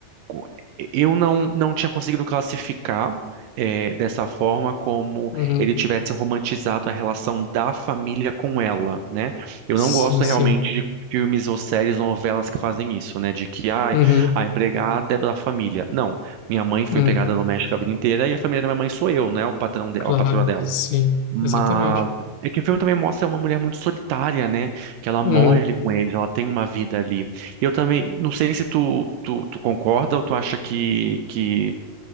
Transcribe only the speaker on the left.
uhum,
sim,
sim,
uhum,
uhum,
claro,
sim,
exatamente.
Uhum.